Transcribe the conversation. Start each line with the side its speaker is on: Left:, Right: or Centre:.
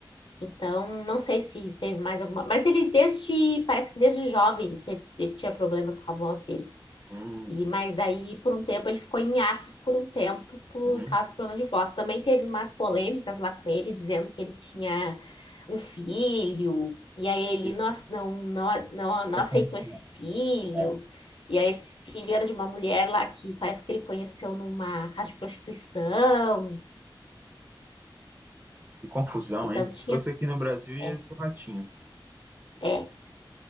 Left: então não sei se teve mais alguma, mas ele desde, parece que desde jovem ele teve, ele tinha problemas com a voz dele.
Right: Hum,
Left: E mas daí por um tempo ele ficou em hiatus por um tempo por
Right: uhum.
Left: causa do problema de voz. Também teve umas polêmicas lá com ele dizendo que ele tinha um filho e aí ele
Right: Eita,
Left: não, ace- não, não, não, não
Right: vai
Left: aceitou
Right: conhecer,
Left: esse
Right: né?
Left: filho.
Right: É,
Left: E aí esse filho era de uma mulher lá que parece que ele conheceu numa casa de prostituição.
Right: que confusão,
Left: Então
Right: hein?
Left: tinha
Right: Se fosse aqui no Brasil, ia
Left: é,
Right: pro Ratinho.
Left: é.